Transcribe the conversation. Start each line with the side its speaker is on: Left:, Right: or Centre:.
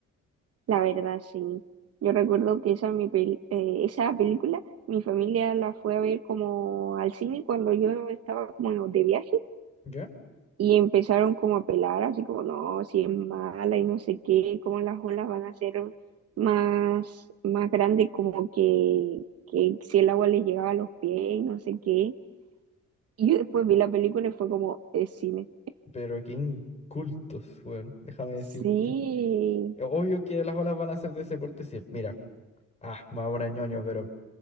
Right: La verdad, sí. Yo recuerdo que esa, mi pel- eh, esa película, mi familia la fue a ver como al cine cuando yo estaba como de viaje
Left: ¿Ya?
Right: y empezaron como a pelar, así como, no, si es mala y no sé qué, como las olas van a ser más, más grandes, como que, que si el agua le llegaba a los pies y no sé qué. Y yo después vi la película y fue como, es cine.
Left: Pero qué incultos, weón. Déjame decirte.
Right: Sí,
Left: Eh, Obvio que las olas van a ser de ese porte. Si, mira, ah, me voy a poner ñoño, pero